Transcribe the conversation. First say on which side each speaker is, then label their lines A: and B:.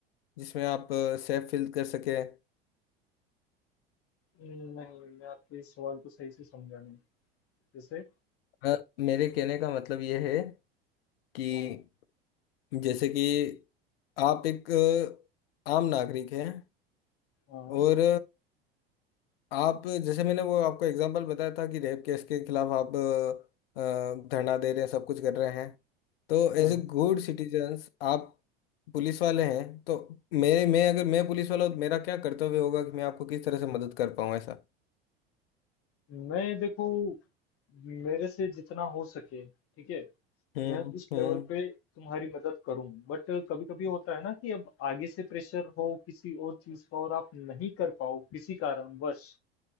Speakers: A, on the left; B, on the left.
A: जिसमें आप सेफ फील कर सके
B: नहीं मैं आपके इस सवाल को सही से समझा नहीं जैसे
A: अ, मेरे कहने का मतलब ये है कि
B: हाँ
A: जैसे कि आप एक अ, आम नागरिक हैं
B: हाँ
A: और आप जैसे मैंने वो आपको एग्जांपल बताया था कि रेप केस के खिलाफ आप अ, अ, धरना दे रहे हैं सब कुछ कर रहे हैं तो
B: हाँ
A: एज ए गुड सिटीजन्स आप पुलिस वाले हैं तो मेरे मैं अगर मैं पुलिस वाला हूँ तो मेरा क्या कर्तव्य होगा कि मैं आपको किस तरह से मदद कर पाऊँ ऐसा
B: मैं देखो मेरे से जितना हो सके ठीक है
A: हम्म
B: मैं उस लेवल
A: हम्म
B: पे तुम्हारी मदद करूं बट कभी कभी होता है ना कि अब आगे से प्रेशर हो किसी और चीज का और आप नहीं कर पाओ किसी कारणवश